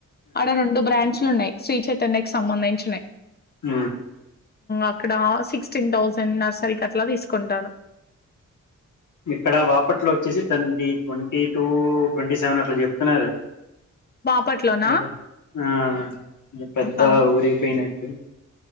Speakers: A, on the left; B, on the left.
A: ఆడ రెండు బ్రాంచలు ఉన్నాయి శ్రీ చె తెకి సంబంధించిన
B: అ
A: అక్కడ సిక్స్టీన్ థౌసండ్ నర్సరీ క అట్లా తీసుకుంటారు
B: ఇక్కడ బాపట్లో వచ్చేసి twenty twenty to twenty seven అట్లా చెప్తున్నారు
A: బపట్లోనా
B: ఏద ఆ ఇది పెద్ద
A: అవును
B: ఊరైపోయినట్టు